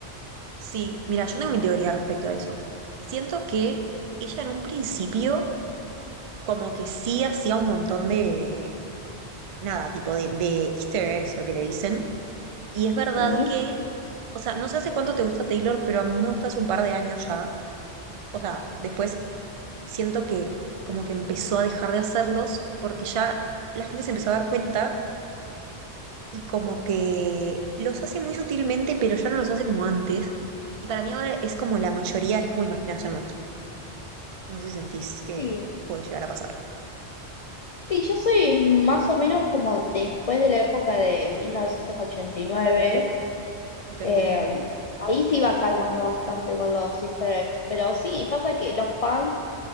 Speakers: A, on the right; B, on the left.
A: Sí, mira, yo tengo mi teoría respecto a eso. Siento que ella en un principio como que sí hacía un montón de, nada, tipo de, de easter eggs, lo que le dicen. Y es verdad
B: sí
A: que, o sea, no sé hace cuánto te gusta Taylor, pero a mí me gusta hace un par de años ya. O sea, después siento que como que empezó a dejar de hacerlos porque ya la gente se empezó a dar cuenta y como que los hace muy sutilmente, pero ya no los hace como antes. Y para mí ahora es como la mayoría es como imaginación nuestra. No sé si sentís que
B: ¿Sí?
A: puede llegar a pasar.
B: Sí, yo soy más o menos como después de la época de 1989.
A: Ok,
B: eh, ahí se iba calmando bastante con los Easter eggs. Pero sí, pasa que los fans,